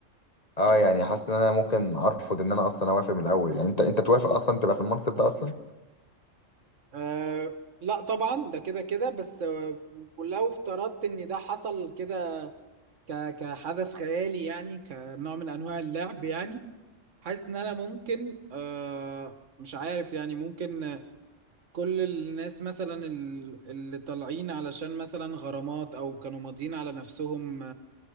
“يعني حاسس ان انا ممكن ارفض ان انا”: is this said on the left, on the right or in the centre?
Left